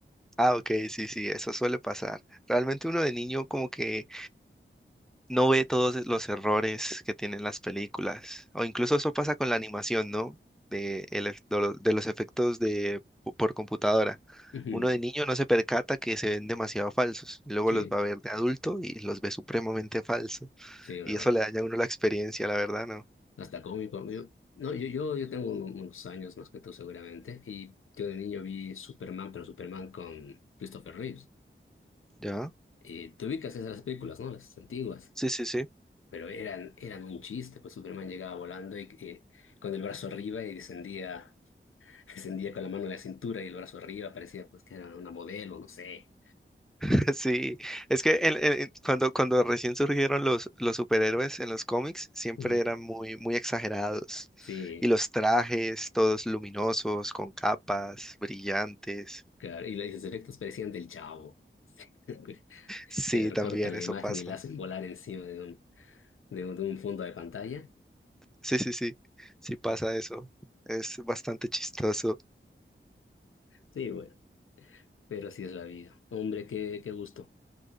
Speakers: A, in the centre; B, on the left.
A: Ah, ok, sí, sí, eso suele pasar. Realmente uno de niño como que no ve todos e, los errores que tienen las películas. O incluso eso pasa con la animación, ¿no? De, el ef- de lo- de los efectos de, por computadora.
B: Ujú,
A: Uno de niño no se percata que se ven demasiado falsos. y Luego
B: Sí,
A: los va a ver de adulto y los ve supremamente falsos.
B: sí, una
A: Y
B: barbaridad.
A: eso le daña a uno la experiencia, la verdad, ¿no?
B: Hasta cómico. Yo, no, yo, yo, yo tengo un- unos años más que tú seguramente y yo de niño vi Superman, pero Superman con Christopher Reeves.
A: ¿Ya?
B: Eh, te ubicas esas películas, ¿no? Las antiguas.
A: Sí, sí, sí.
B: Pero eran, eran un chiste, pues Superman llegaba volando y eh, con el brazo arriba y descendía, <laughs> descendía con la mano en la cintura y el brazo arriba, parecía pues que era una modelo, no sé.
A: <laughs> Sí, es que en- en- cuando, cuando recién surgieron los, los superhéroes en los cómics, siempre
B: Ujú.
A: eran muy, muy exagerados.
B: Sí,
A: Y los trajes, todos luminosos, con capas, brillantes.
B: claro, y los efectos parecían del Chavo, <laughs>
A: Sí,
B: que recortan
A: también eso
B: la imagen
A: pasa.
B: y la hacen volar encima de un, de un, de un fondo de pantalla.
A: Sí, sí, sí, sí pasa eso. Es bastante chistoso.
B: Sí, bueno, pero así es la vida. Hombre, qué, qué gusto.